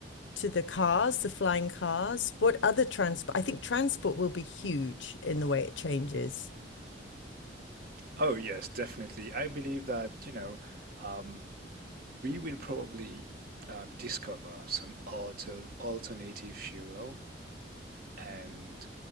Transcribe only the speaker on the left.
to the cars, the flying cars? What other transport? I think transport will be huge in the way it changes.